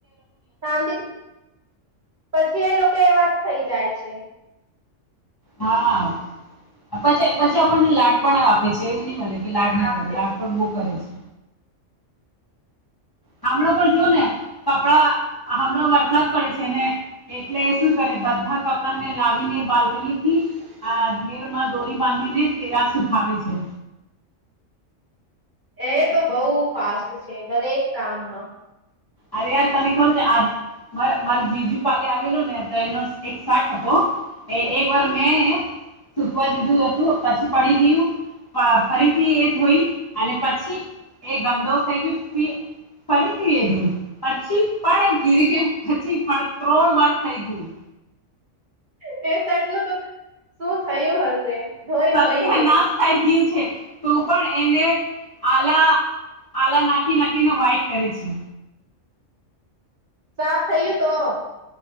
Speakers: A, on the right; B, on the left.
A: શાંતિ પછી એ લોકો એવા જ થઈ જાય છે
B: હા પી પછી આપણને લાડ પણ આપે છે એવું નહી મલે કે કે લાડ ની
A: હા
B: કરે લાડ પર બો કરે છે હામણાં પર જોઓ ને કપડા હમણાં વરસાદ પડે છે ને એટલે શું કરે બધા કપડાં ને લાવીને બાલ્કની થી આ ઘેર માં દોરી બાંધી ને તે આ સુુંખાવે ખાવે છે
A: એ તો બહુ ફાસ્ટ છે દરેક કામમાં
B: અરેયાર તને ખરું છે આજ મારે જીજુ કલે આવેલો ને તો એનો એક સાઠ હતો એ એક વાર મેં સુકવા દીધું હતું પછી પડી ગયું ફરીથી એ ધોઈ અને પછી એ ગંદો થઈ ગયો ફરીથી એ ધૂલ પછી પણ એ ગીર ગયા પછી પણ ત્રોણ વાર થઈ ગયું
A: એ સેટ નું તો શું થયું હશે ધોઈ
B: સત્ય
A: ધોઈને
B: નાશ થાય ગયું છે તો પણ એને આલા આલા નાખી નાખીને વાઇટ કરે છે
A: સાફ થયું તો